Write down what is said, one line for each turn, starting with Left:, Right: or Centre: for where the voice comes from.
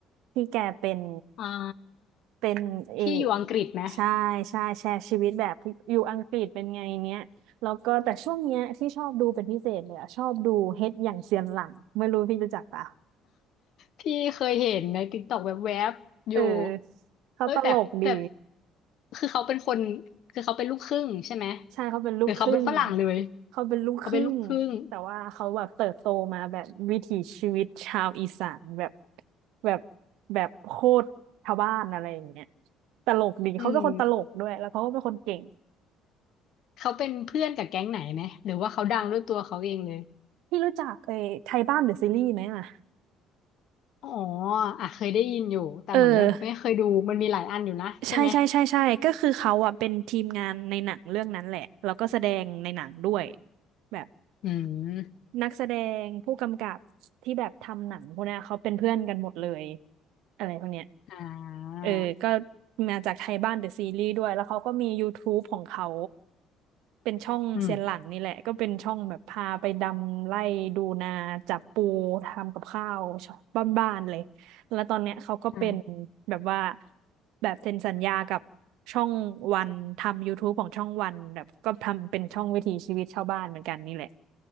Right: ที่แกเป็น
Left: อ่า
Right: เป็นเออ
Left: พี่อยู่อังกฤษไหม
Right: ใช่ใช่แชร์ชีวิตแบบอยู่อังกฤษเป็นไงเนี้ยแล้วก็แต่ช่วงเนี้ยที่ชอบดูเป็นพิเศษเลยอะชอบดูเฮ็ดอย่างเซียนหลังไม่รู้พี่รู้จักปะ
Left: พี่เคยเห็นในติ๊กต็อกแวบๆอยู่
Right: เออเขาตลกดี
Left: เอ้ยแต่แต่คือเขาเป็นคนคือเขาเป็นลูกครึ่งใช่ไหม
Right: ใช่เขาเป็นลูกครึ่ง
Left: หรือเขาเป็นฝรั่งเลย
Right: เขาเป็นลูกครึ่ง
Left: เขาเป็นลูกครึ่ง
Right: แต่ว่าเขาแบบเติบโตมาแบบวิถีชีวิตชาวอีสานแบบแบบแบบโคตรชาวบ้านอะไรอย่างเงี้ยตลกดีเขาเป็นคนตลกด้วยแล้วเขาก็เป็นคนเก่ง
Left: อืมเขาเป็นเพื่อนกับแก๊งไหนไหมหรือว่าเขาดังด้วยตัวเขาเองเลย
Right: พี่รู้จักไอ้ไทยบ้านเดอะซีรีส์ไหมอ่ะ
Left: อ๋ออ่ะเคยได้ยินอยู่แต่เหมือนแบบไม่เคยดูมันมีหลายอันอยู่นะใช่ไหม
Right: เออใช่ใช่ใช่ใช่ก็คือเขาอ่ะเป็นทีมงานในหนังเรื่องนั้นแหละแล้วก็แสดงในหนังด้วยแบบ
Left: อืม
Right: นักแสดงผู้กำกับที่แบบทำหนังพวกเนี้ยเขาเป็นเพื่อนกันหมดเลยอะไรพวกเนี้ย
Left: อ่
Right: เออก็
Left: า
Right: มาจากไทยบ้านเดอะซีรีส์ด้วยแล้วเขาก็มี YouTube ของเขาเป็นช่องเซียนหลังนี่แหละก็เป็นช่องแบบพาไปดำไล่ดูนาจับปูทำกับข้าวชอบบ้านๆเลย
Left: อืม
Right: แล้วตอนเนี้ยเขาก็เป็น
Left: <laughs> อ่า
Right: แบบว่าแบบเซ็นสัญญากับช่องวันทำ YouTube ของช่องวันแบบก็ทำเป็นช่องวิถีชีวิตชาวบ้านเหมือนกันนี่แหละ